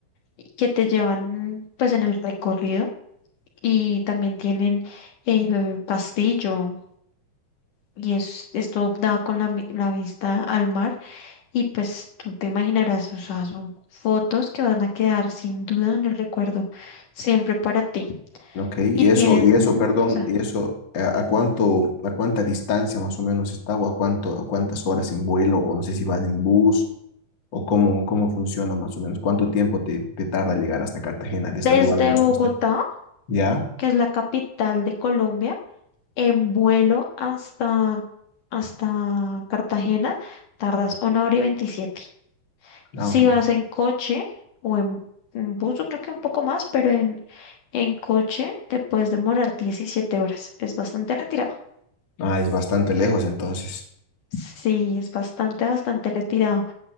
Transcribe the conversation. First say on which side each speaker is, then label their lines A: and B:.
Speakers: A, on the left (about 65°); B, on the left (about 35°).
A: y que te llevan pues en el recorrido y también tienen el castillo y es, esto da con la, mi- la vista al mar y pues tú te imaginarás, o sea, son fotos que van a quedar sin duda en el recuerdo siempre para ti.
B: Ok, y
A: Y tienen,
B: eso, y eso, perdón,
A: o sea,
B: y eso, ¿a, a cuánto, a cuánta distancia más o menos está o a cuánto, a cuántas horas en vuelo o no sé si van en bus o cómo, cómo funciona más o menos? ¿Cuánto tiempo te, te tarda llegar hasta Cartagena
A: desde
B: desde el lugar donde
A: Bogotá,
B: tú estás? ¿Ya?
A: que es la capital de Colombia, en vuelo hasta, hasta Cartagena, tardas una hora y veintisiete. Si
B: Ah, ok.
A: vas en coche o en, en bus, yo creo que un poco más, pero en, en coche te puedes demorar 17 horas. Es bastante retirado.
B: Ah, es bastante lejos entonces.
A: Sí, es bastante, bastante retirado.